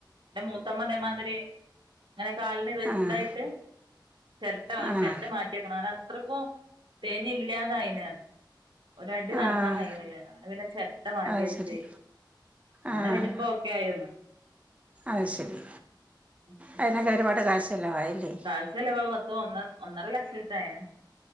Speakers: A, on the right (about 80°); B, on the right (about 15°).
A: മു <unintelligible> ത്തമ്മ മാതിരി അങ്ങനെ കാലിന്തായിട്ട്
B: ആഹ്
A: ചിരട്ട
B: ആഹ്
A: ചിരട്ട മാറ്റി <unintelligible> അത്രയ്ക്കും തേഞ്ഞില്ലാതായിന് ഒരടി നടക്കാൻ
B: ആഹ്
A: കഴിയണില്ലേ അങ്ങനെ പിന്നെ ചെരട്ട മാറ്റി
B: അത്
A: വെച്ച്
B: ശരി
A: അങ്ങനെ
B: ആഹ്
A: പിന്നെ ഇപ്പോ ഒക്കയായോ
B: അത് ശരി
A: <inaudible>
B: അതിനൊക്കെ ഒരുപാട് കാശ് ചെലവായില്ലേ
A: കാശ് ചിലവാകും മൊത്തം ഒ ഒന്നര ലക്ഷം എടുത്തയിന്